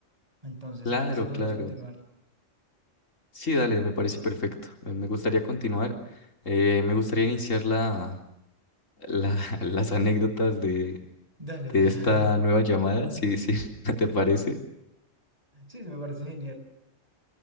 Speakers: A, on the right; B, on the left.
A: Entonces,
B: Claro,
A: si quieres, podemos
B: claro.
A: continuar.
B: Sí, dale, me parece perfecto. Me me gustaría continuar. Eh, me gustaría iniciar la, la- <laughs> las anécdotas de,
A: Dale.
B: de
A: <laughs>
B: esta nueva llamada, si, si <laughs> te parece.
A: Sí, me parece genial.